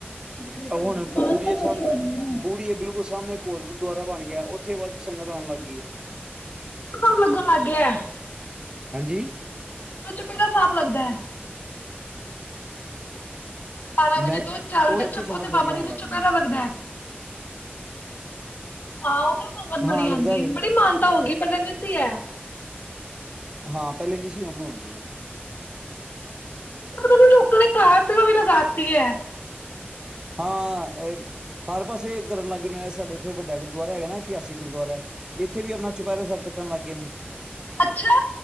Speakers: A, on the left (about 55°); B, on the right (about 20°).
A: ਬੜੀ ਸੰਗਤ
B: ਆ ਹੁਣ ਬੁੜੀਏ
A: ਤਾਂ
B: ਸਾਹਮਣੇ
A: ਬੜੀ ਹੋਈ ਹੈ
B: ਬੁੜੀਏ ਬਿਲਕੁਲ ਸਾਹਮਣੇ ਘਰ ਗੁਰਦੁਆਰਾ ਬਣ ਗਿਆ ਉੱਥੇ ਵੱਧੂ ਸੰਗਤ ਆਣ ਲੱਗ ਗਈ ਏ।
A: ਕੰ ਲੱਗਣ ਲੱਗ ਗਿਆ ਹੈ।
B: ਹਾਂਜੀ।
A: ਉਹ ਚੁਪੈਰਾ ਸਾਹਿਬ ਲੱਗਦਾ ਹੈ। ਬਾਰਾਂ
B: ਮੈਂ
A: ਵਜੇ ਤੋਂ ਚਾਰ
B: ਉਹ
A: ਵਜੇ ਤੱਕ
B: ਉੱਥੇ
A: ਛੱਪੋ
B: ਸੰਗਤ
A: ਤੇੇ
B: ਬੜੀ
A: ਬਾਬਾ
B: ਆਉਣ
A: ਜੀ ਦਾ
B: ਲੱਗ
A: ਚੁਪੈਰਾ
B: ਗਈ ਆ
A: ਲੱਗਦਾ ਹੈ। ਹਾਂ ਉਹ ਤੇ ਸੰਗਤ ਬੜੀ
B: ਹਾਂ ਲੱਗਦਾ
A: ਆਦੀ
B: ਵੇ
A: ਬੜੀ ਮਾਨਤਾ ਹੋ ਗਈ ਪਤਾ ਨੀ ਸੀ ਹੈ।
B: ਹਾਂ ਪਹਿਲੇ ਨੀ ਸੀ ਹੁਣ ਹੋ ਗਈ ਏ।
A: ਪਤਾ ਲੋਕਾਂ ਦੇ ਕਾਰ ਸੇਵਾ ਵੀ ਲਗਾਤੀ ਹੈ।
B: ਹਾਂ ਹਰ ਪਾਸੇ ਕਰਨ ਲੱਗ ਜਾਂਣੇੇ ਸਾਡੇ ਇੱਥੇ ਵੱਡਾ ਗੁਰਦੁਆਰਾ ਹੈਗਾ ਨਾ ਇਤਿਹਾਸਿਕ ਗੁਰਦੁਆਰਾ ਹੈ। ਇੱਥੇ ਵੀ ਆਪਣਾ ਚੌਪਹਿਰਾ ਸਾਹਿਬ ਕੱਟਣ ਲੱਗ ਗਏ ਨੇ। <inaudible>
A: ਅੱਛਾ,